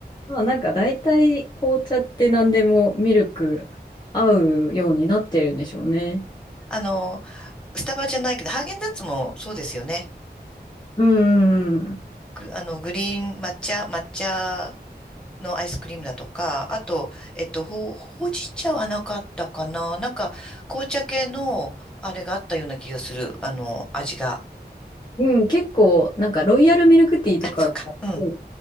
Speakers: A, on the left (about 25°); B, in the centre.
A: まあなんか大体紅茶って何でもミルク合うようになってるんでしょうね。
B: あのスタバじゃないけど、ハーゲンダッツもそうですよね。
A: うん。
B: グあの、グリーン抹茶、抹茶のアイスクリームだとか、あと、えっと、ほう、ほうじ茶はなかったかななんか、紅茶系の、あれがあったような気がする。あの、味が。
A: うん、結構なんかロイヤルミルクティーとかが多いで
B: あ、そっか。うん、